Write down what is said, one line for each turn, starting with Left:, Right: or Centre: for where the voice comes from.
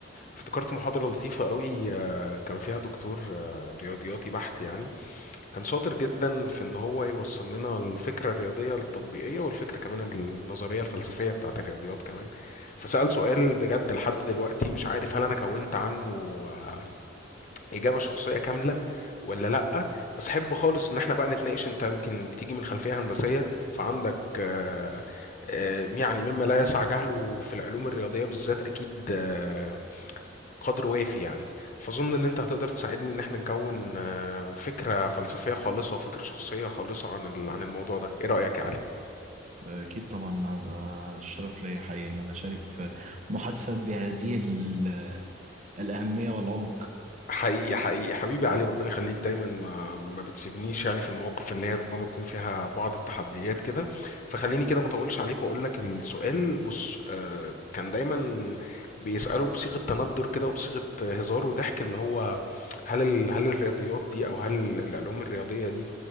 Left: وافتكرت محاضره لطيفه قوي آه، كان فيها دكتور آه، رياضياتي بحت يعني كان شاطر جدا في ان هو يوصل لنا الفكره الرياضيه التطبيقيه والفكره كمان النظريه الفلسفيه بتاعه الرياضيات كمان فسأل سؤال بجد لحد دلوقتي مش عارف هل انا كونت عنه آه، اجابه شخصيه كامله ولا لا بس احب خالص ان احنا بقى نتناقش انت يمكن بتيجي من خلفيه هندسيه فعندك آه، آه، يعني مما لا يسع جهله في العلوم الرياضيه بالذات اكيد آه، قدر وافي يعني فاظن ان انت هتقدر تساعدني ان احنا نكون آه، فكره فلسفيه خالصه وفكره شخصيه خالصه عن ال- عن الموضوع ده ايه رايك يا علي
Right: أكيد طبعا هبقى الشرف ليا حقيقي إن أنا أشارك في محادثة بهذه ال- الأهمية والعمق
Left: حقيقي حقيقي حبيبي علي ربنا يخليك دايما ما ما بتسيبنيش يعني في المواقف اللي هي ربما تكون فيها بعض التحديات كده فخليني كده ما اطولش عليك واقول لك السؤال بص آه، كان دايما بيسالوا بصيغه تندر كده وبصيغه هزار وضحك اللي هو هل ال- هل الرياضيات دي او هل العلوم الرياضيه دي